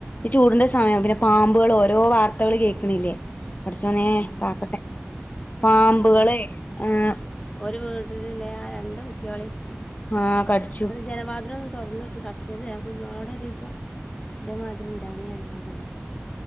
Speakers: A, on the left; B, on the left.
A: ഈ ചൂടിന്റെ സമയം പിന്നെ പാമ്പുകള് ഓരോ വാർത്തകൾ കേൾക്കണില്ലേ? പടച്ചോനേ
B: ആഹ്
A: കാക്കട്ടെ പാമ്പുകളേ
B: അതന്നെ
A: ഏഹ്
B: ഒരു വീട്ടിലില്ലേ ആ രണ്ട് കുട്ട്യാളേം
A: ആഹ് കടിച്ചു
B: ആ ജനവാതില് ഒന്നും തുറന്നിട്ട് കട് <unintelligible> കുഞ്ഞോളേടെ ഒരിസം ഇതേമാതിരി ഇണ്ടായിനി കേട്ടപ്പ